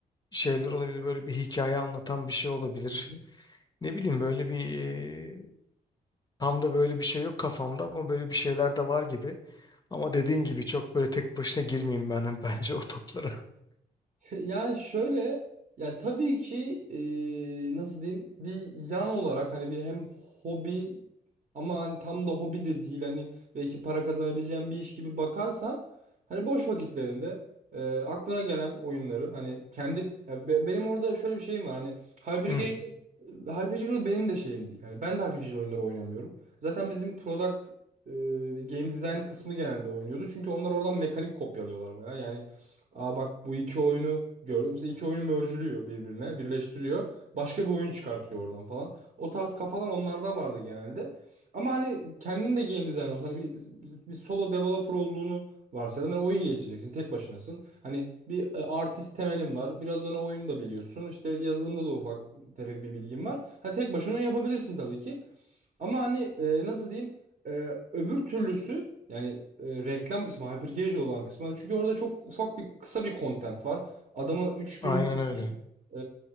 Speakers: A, on the left; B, on the right.
A: şeyler olabilir. Böyle bir hikaye anlatan bir şey olabilir.
B: Hı
A: Ne bileyim böyle bir e, tam da böyle bir şey yok kafamda ama böyle bir şeyler de var gibi. Ama dediğin gibi çok böyle tek başına girmeyeyim ben <laughs> bence o toplara.
B: <laughs> Yani şöyle ya tabii ki e, nasıl diyeyim bir yan olarak hani bir hem hobi ama hani tam da hobi de değil hani belki para kazanabileceğin bir iş gibi bakarsan hani boş vakitlerinde e, aklına gelen oyunları hani kendi ya be- benim orada şöyle bir şeyim var hani Hypercasual
A: Hı,
B: HyperGL benim de şeyim değil. Yani ben de HyperGL oyunları oynamıyorum. Zaten bizim product e, game design kısmı genelde oynuyordu. Çünkü onlar oradan mekanik kopyalıyorlar bayağı. Yani aa bak bu iki oyunu gördüm. Mesela iki oyunu merge'lüyor birbirine, birleştiriyor. Başka bir oyun çıkartıyor oradan falan. O tarz kafalar onlarda vardı genelde. Ama hani kendin de game design olsan hani bir, bir solo developer olduğunu varsayalım. Yani oyun geliştireceksin, tek başınasın. Hani bir e, artist temelin var. Biraz da ona oyunu da biliyorsun. İşte yazılımda da ufak tefek bir bilgim var. Hani tek başına onu yapabilirsin tabii ki. Ama hani e, nasıl diyeyim? E, öbür türlüsü yani e, reklam kısmı, hyper olan kısmı. Hani çünkü orada çok ufak bir kısa bir content var. Adama 3 gün
A: aynen öyle.
B: e,